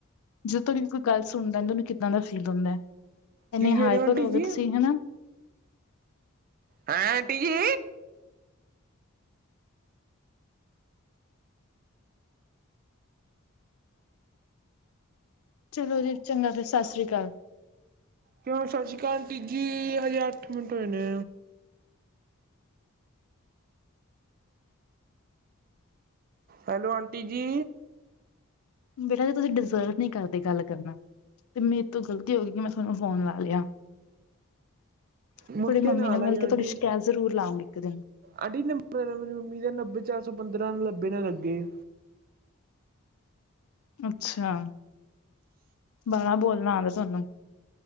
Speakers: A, on the left (about 75°); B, on the right (about 40°).
A: ਜਦੋਂ ਤੁਹਾਡੀ ਕੋਈ ਗੱਲ ਸੁਣਦਾ ਤੁਹਾਨੂੰ ਕਿੱਦਾਂ ਦਾ ਫੀਲ ਹੁੰਦਾ ਹੈ। ਇੰਨੇ
B: ਕੀ
A: ਹਾਈਪਰ
B: ਕਹਿ ਰਹੇ ਆਂਟੀ
A: ਹੋ ਗਏ
B: ਜੀ?
A: ਤੁਸੀਂ ਹੈਨਾ।
B: ਹੈਂ ਆਟੀ ਜੀ
A: ਚਲੋ ਜੀ ਚੰਗਾ ਫਿਰ ਸਤਿ ਸ੍ਰੀ ਅਕਾਲ
B: ਕਿਉਂ ਸਤਿ ਸ਼੍ਰੀ ਅਕਾਲ ਆਂਟੀ ਜੀ ਹਜੇ ਅੱਠ ਮਿੰਟ ਹੋਏ ਨੇ ਹੈਲੋ ਆਂਟੀ ਜੀ
A: ਬੇਟਾ ਜੀ ਤੁਸੀਂ ਡਿਜ਼ਰਵ ਨਹੀਂ ਕਰਦੇ ਗੱਲ ਕਰਨਾ। ਤੇ ਮੇਰੇ ਤੋਂ ਗਲਤੀ ਹੋ ਗਈ। ਕਿ ਮੈਂ ਤੁਹਾਨੂੰ ਫੋਨ ਲਾ ਲਿਆ। ਤੁਹਾਡੀ
B: ਮੁੜ ਕੇ
A: ਮੰਮੀ
B: ਨਾ
A: ਨੂੰ
B: ਲਾਇਓ
A: ਮਿਲ ਕੇ
B: ਆਂਟੀ।
A: ਤੁਹਾਡੀ ਸ਼ਿਕਾਇਤ ਜ਼ਰੂਰ ਲਾਉਂਗੀ ਇੱਕ ਦਿਨ
B: ਆਂਟੀ ਨੰਬਰ ਮੇਰੀ ਮੰਮੀ ਦਾ ਨੱਬੇ ਚਾਰ ਸੌ ਪੰਦਰਾਂ ਲੱਬੇ ਨਾ ਲੱਗੇ।
A: ਅੱਛਾ ਬਾਲਾ ਬੋਲਣਾ ਆਉਂਦਾ ਤੁਹਾਨੂੰ